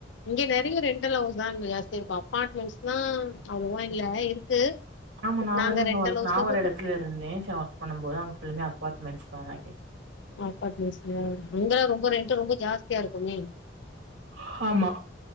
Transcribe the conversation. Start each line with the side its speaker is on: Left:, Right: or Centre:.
Left: இங்க நெறைய ரெண்டல் ஹவுஸ் தான் எல்லார்ட்டையு இருக்கும் அபார்ட்மெண்ட்ஸ்னா அவ்வளவா இல்ல இருக்கு
Right: ஆமா
Left: பட்
Right: நாவந்து
Left: நாங்க
Right: அங்க
Left: ரெண்டல்
Right: ஒர்க்
Left: ஹவுஸ்ல
Right: நா
Left: தான்
Right: ஒரு
Left: இருக்கோம்.
Right: எடத்துல இருந்தேன் சோ ஒர்க் பண்ணும் போது அங்க ஃபுல்லுமே அபார்ட்மெண்ட்ஸ் தா அதா கேட்
Left: அப்பார்ட்மெண்ட்ஸ்லயா அங்கல்லா ரொம்ப ரேட்டு ரொம்ப ஜாஸ்தியா இருக்குமே
Right: ஹாமா